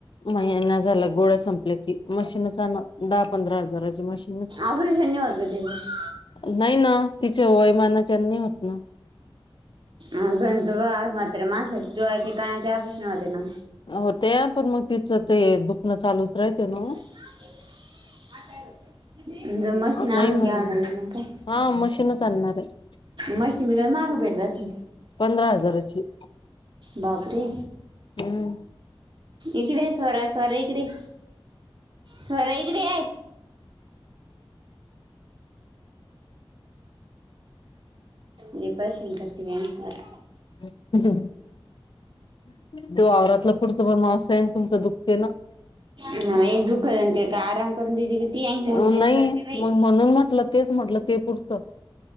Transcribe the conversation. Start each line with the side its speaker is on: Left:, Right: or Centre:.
Left: महिना झाला गोळ्या संपल्या की, मशीनच आणावं. दहा पंधरा हजाराची मशीन
Right: ऑपरेशन नाय होत का त्याज?
Left: नाय ना, तिच्या वोयमानाच्यान नाय होत ना?
Right: अ गन तबा आज मात्र माणसाची डोळ्याचे, कानाचे ऑपरेशन होते ना
Left: होतया, पण मग तिचं ते, दुखणं चालूच राहते ना वो
Right: <unintelligible> ज मसनी
Left: नाही
Right: आणून
Left: म्हणे
Right: घ्यावं
Left: मग
Right: नवीन म काय?
Left: हा मशीनच आणणार आहे
Right: मशीन बी काय महाग भेटत आसल
Left: पंधरा हजाराची
Right: बापरे
Left: हम्म
Right: इकडे ये स्वरा - स्वरा इकडे ये, स्वरा इकडे ये लय पासिंग करती वयानुसार
Left: हम्म, हं -हं दो आवरातला पुड तुम्हा मास आहे, तुमचं दुखते ना?
Right: नाही दुखत ते का आराम करून देती बीती, अन
Left: नाही
Right: ओठ बेस करते बाई
Left: मग म्हणून म्हटलं तेच म्हटलं ते पुढचं